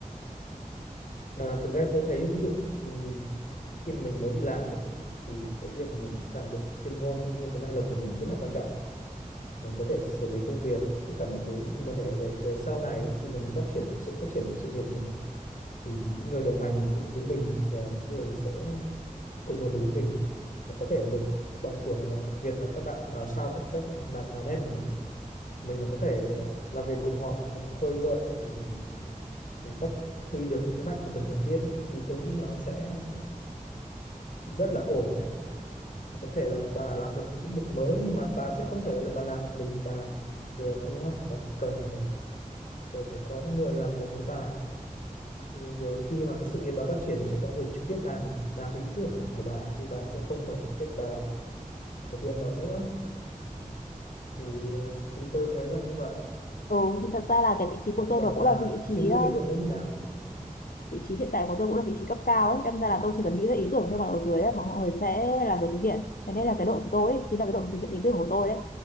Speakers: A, on the left; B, on the left.
A: Ờ, thực ra thì tôi thấy ví dụ ừ, khi mình mới đi làm ấy thì cái việc mà mình càng được chuyên môn cũng như cái năng lực của mình rất là quan trọng mình có thể xử lý công việc tất cả mọi thứ nhưng mà để về về sau này ấy, thì mình phát triển thực sự phát triển sự nghiệp của mình ấy, thì những người đồng hành cùng với mình và những người sẽ cùng làm việc với mình là có thể người bằng tuổi hoặc là đặc biệt là các bạn vào sau các các làm đàn em của mình ấy. mình mà có thể ờ, làm việc cùng họ mình khơi gợi mình mình phát huy được thế mạnh của từng thành viên ấy, thì tôi nghĩ nó sẽ rất là ổn đấy có thể là bà làm được một lĩnh vực mới nhưng mà bà sẽ không thể là bà làm một mình bà được đúng không bà cần phải phải phải có những người làm cùng với bà rồi, rồi khi mà cái sự nghiệp bà phát triển thì sẽ có người trực tiếp làm làm cái ý tưởng của của bà chứ bà sẽ không phải trực tiếp bà thực hiện nó nữa thì ờ, thì tôi thấy là như vậy
B: ừ thì thật ra là cái vị trí của
A: Thì
B: tôi
A: bà
B: đó cũng
A: bà
B: là vị trí
A: suy nghĩ
B: ờ,
A: về hướng ấy như nào
B: vị trí hiện tại của tôi cũng là vị trí cấp cao ấy đâm ra là tôi chỉ cần nghĩ ra ý tưởng thôi còn ở dưới ấy, mọi người sẽ là người thực hiện thế nên là cái đội của tôi ấy, chính là cái đội thực hiện ý tưởng của tôi đấy